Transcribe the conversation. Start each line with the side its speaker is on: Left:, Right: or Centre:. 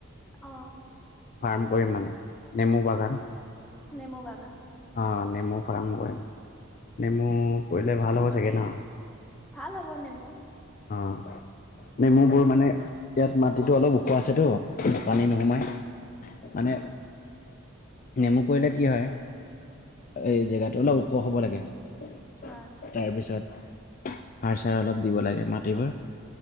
Centre: অ
Left: ফাৰ্ম কৰিম মানে নেমু বাগান
Centre: নেমু বাগান
Left: অ নেমু ফাৰ্ম কৰিম নেমু কৰিলে ভাল হ'ব চাগে ন
Centre: ভাল হব নেমু
Left: অ নেমুবোৰ মানে ইয়াত মাটিতটো অলপ ওখ আছেতো দোকানেই নোহোমায়
Centre: উম,
Left: মানে নেমু কৰিলে কি হয় এই জেগাটো অলপ ওখ হ'ব লাগে তাৰপিছত
Centre: হয়,
Left: সাৰ চাৰ অলপ দিব লাগে মাটিবোৰ